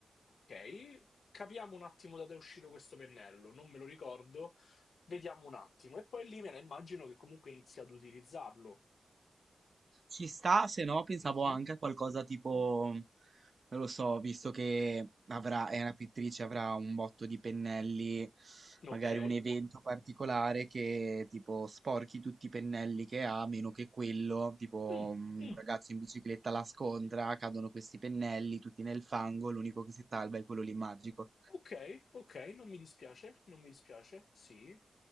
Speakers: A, on the left; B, on the right.
A: ok, capiamo un attimo da dove è uscito questo pennello, non me lo ricordo, vediamo un attimo. E poi lì me la immagino che comunque inizi ad utilizzarlo.
B: Ci sta, se no pensavo
A: Mhm.
B: anche a qualcosa tipo, non lo so, visto che avrà, è una pittrice, avrà un botto di pennelli, magari
A: Ok.
B: un evento particolare che tipo sporchi tutti i pennelli che ha, meno che quello, tipo
A: Mm,
B: un
A: mm.
B: ragazzo in bicicletta la scontra, cadono questi pennelli tutti nel fango, l'unico che si salva è quello lì magico.
A: Ok, ok, non mi dispiace, non mi dispiace, sì.